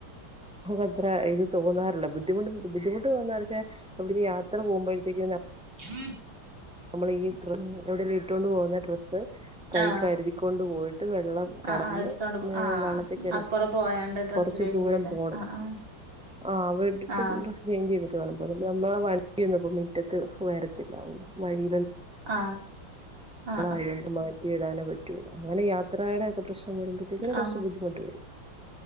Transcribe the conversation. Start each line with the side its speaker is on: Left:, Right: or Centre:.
Centre: ആത്ര ഇ തോന്നാറില്ല ബുദ്ധിമുട്ട് ബുദ്ധിമുട്ട് തോന്നെ എവിടെ യാത്ര പോകുമ്പോഴത്തേക്ക്
Right: ഹൂ
Centre: നമ്മൾ ഈ ഡ്രസ് ഇട്ടുകൊണ്ട് പോകുന്ന ഡ്രസ്സ് കൈ
Right: ആ
Centre: കരുതി കൊൊണ്ട് പോയിട്ട് വെള്ളം കടന്
Right: ആ ആ എടുത്തോണ്ട് പോ ആ
Centre: വള്ളത്തേക്കറിയാം
Right: അപ്പുറം പോയാണ്ട് ഡ്രസ്സ്
Centre: കുറച്ച്
Right: ചേഞ്ച്
Centre: ദൂരം
Right: ചെയ്ത്
Centre: പോണം
Right: ആ ആ
Centre: ആ അവിടെട്ടിട്ട്
Right: ആ
Centre: ഡ്രസ്സ് ചേഞ്ച് ചെയ്തിട്ട് വേണം നമ്മളെ വണ്ടിയൊന്നും പ്പൊ മിറ്റത്ത് വരത്തില്ല വഴി
Right: ആ ആ
Centre: പ്പൊ മാറ്റിയിടാനേ പറ്റു അങ്ങനെ ഈ യാത്രയുടെ ഒക്കെ പ്രശ്ന വരുമ്പത്തേക്കിന്
Right: ആ ആ
Centre: കൊർച്ച് ബുദ്ധിമുട്ട് വരും